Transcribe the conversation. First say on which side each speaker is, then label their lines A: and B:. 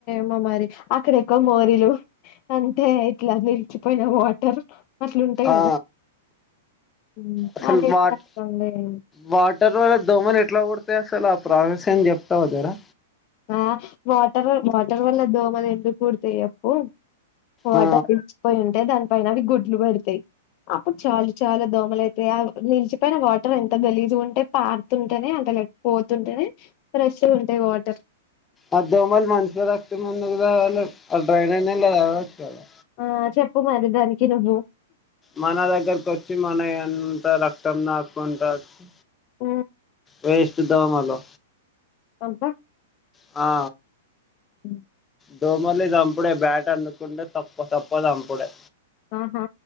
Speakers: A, on the left; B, on the left.
A: మా మరి అక్కడ ఎక్కువ మోరీలు. అంటే ఇట్లా నిలిచిపోయినా వాటర్ అంట్లుటాయ్
B: ఆ
A: గదా ఉహ్
B: అసలు
A: అదే
B: వాట్
A: గద్ ఉండాయన్
B: వాటర్ వల్ల దోమలు ఎట్లా ఓడతాయి. అసలు ఆ ప్రాసెస్ ఏంద్ జేప్తావా జెరా
A: ఆ వాటరో వాటర్ వల్ల దోమలు ఎందుకు కుడతాయి ఏప్పు వాటర్
B: ఆ
A: ఇచ్చిపోయి ఉంటే దానిపైన అవి గుడ్లు బెడతాయ్. అప్పుడు చాలు చాలా దోమల అయితాయి. నిలిచిపోయిన వాటర్ ఎంత గలీజు ఉంటే పాడుతుంటేనే అట్ల పోతుంటేనే ఫ్రెష్ గా ఉంటాయి. వాటర్
B: ఆ దోమల్ మనుషుల రక్తం ఎందుగ్ దగాలే ఆ డ్రైనేజ్ నీళ్ళు దగాచ్చుగా.
A: ఆ చెప్పు మరి దానికి నువ్వు.
B: మన దగ్గరకు వచ్చి మన యంతా రక్తం నాకుకుంటాచ్చి
A: ఉహ్
B: వేస్ట్ దోమలు
A: అబ్బ
B: ఆ
A: ఉమ్
B: దోమల్నీ చంపుడే, బ్యాట్ అందుకునుడే తప్ప తప్ప చంపుడే
A: ఆహ